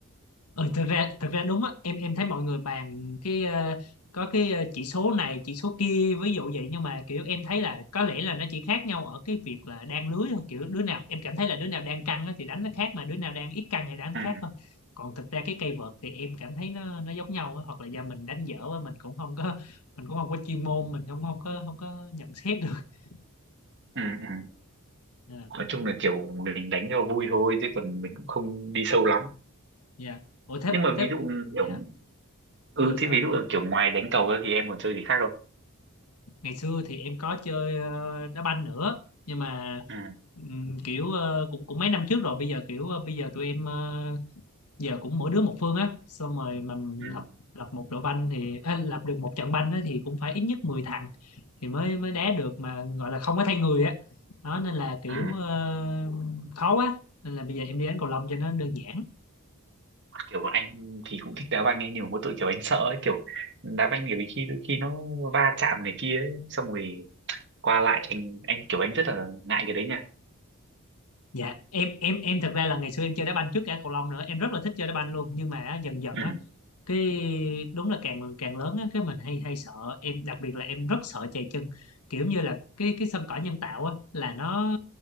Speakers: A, on the left; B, on the right.
A: Ừ, thực ra thực ra đúng á em em thấy mọi người bàn cái ờ, có cái ờ, chỉ số này chỉ số kia ví dụ vậy nhưng mà kiểu em thấy là có lẽ là nó chỉ khác nhau ở cái việc là đan lưới thôi kiểu đứa nào em cảm thấy là đứa nào đang căng á thì đánh nó khác mà đứa nào đang ít căng thì đánh
B: ừ,
A: khác thôi còn thực ra cái cây vợt thì em cảm thấy nó nó giống nhau á, hoặc là do mình đánh dở á, mình cũng không có mình cũng không có chuyên môn mình không không có không có nhận xét được <laughs>
B: ừ, ừ.
A: Ờ,
B: nói chung là kiểu mình đánh cho vui thôi chứ còn mình cũng không đi sâu lắm
A: dạ ủa thế
B: nhưng mà
A: thế
B: ví dụ kiểu
A: dạ
B: ừ
A: ví dụ
B: thì
A: sao
B: ví
A: anh?
B: dụ là kiểu ngoài đánh cầu ra thì em còn chơi gì khác không
A: ngày xưa thì em có chơi ờ, đá banh nữa nhưng mà
B: ừ,
A: ừm, kiểu ờ, cũng cũng mấy năm trước rồi bây giờ kiểu ờ, bây giờ tụi em ờ, giờ cũng mỗi đứa một phương á xong rồi mà
B: ừ,
A: lập lập một đội banh thì á, lập được một trận banh á, thì cũng phải ít nhất 10 thằng thì mới mới đá được mà gọi là không có thay người á đó nên là kiểu
B: ừ.
A: ờ, khó quá nên là bây giờ em đi đánh cầu lông cho nó đơn giản
B: kiểu anh thì cũng thích đá banh ấy nhiều mỗi tội kiểu anh sợ ấy kiểu đá banh nhiều khi đôi khi nó va chạm này kia ấy xong rồi qua lại anh anh kiểu anh rất là ngại cái đấy nha
A: dạ em em em thật ra là ngày xưa em chơi đá banh trước cả cầu lông nữa em rất là thích chơi đá banh luôn nhưng mà á, dần dần
B: ừ.
A: á cái đúng là càng càng lớn á cái mình hay hay sợ em đặc biệt là em rất sợ chày chân kiểu như là cái cái sân cỏ nhân tạo á là nó